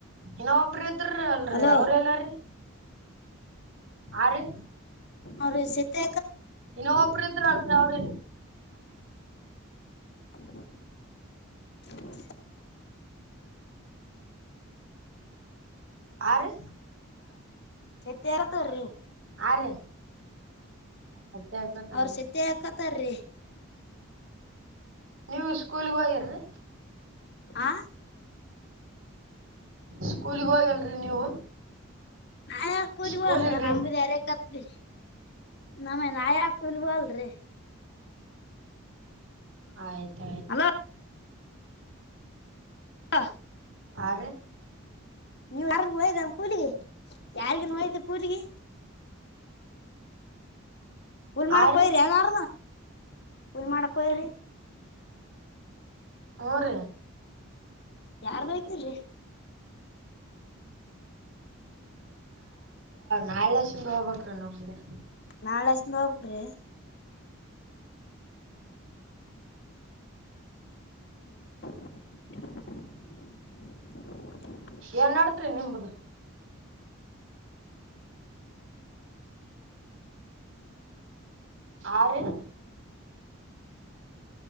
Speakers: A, on the right; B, on the left.
A: ಇನ್ನ ಒಬ್ರ ಇದ್ರ ಅಲ್ರರಿ
B: ಹಲೋ
A: ಅವ್ರ ಎಲ್ಲಾರೀ ಆರು
B: ಅವ ಸತತೆ
A: ಇನ್ನ ಒಬ್ರು ಇದ್ರರು ಅಲ್ರಿ ಅವ್ರ
B: <inaudible>
A: ಆರು
B: ಸತಿರ ತರಿ
A: ಆ ರೀ ಸತ್ಯಕತಾರೀ
B: ಅವ ಸಿತ ಕತಾರ ರ
A: ನೀವು ಸ್ಕೂಲ್ಗ ಹೋಗಿರರಿ
B: ಹ
A: ಸ್ಕೂಲಿಗ್ ಹೋಗಲ್ರರಿ ನೀವು
B: ನಾ ಕುಲಬಳರೀ
A: ಸ್ಕೂಲಿಗ್ರಿ
B: ನಮರ ಕರ್ತ್ರಿ ನಮೇನ್ ಯಾ ಕುಲ್ವ ಅಲ್ರಿ
A: ಆಯ್ತು
B: ಅಲೋ ಹಾ
A: ಆ
B: ನೀವರ್ಗ ಹೋಯ್ದ ಕೂಲಿಗೆ ಯಾರಿಗೋಯ್ದ ಕೂಲಿಗೆ ಗುಲ್ಮಡ
A: ಆ ರೀ
B: ಕಯ ರಗಾರ ಕುಲ್ ಮಾಡಡಕ ರರಿ
A: ಹಊರ
B: ಯಾರ್ದುಯ್ತಿಲ್
A: ನಾಳೆ ಸುಮ ಹೋಗಬೇಕರು ನಮ್ದಗೆ
B: ನಾಳೆ ಹಷ್ಟ ಹೋಗಬೇಕ್ರಿ <unintelligible>
A: ಏನ್ ಮಾಡಡತ್ರಿ ನಿಮ್ದ ಆರು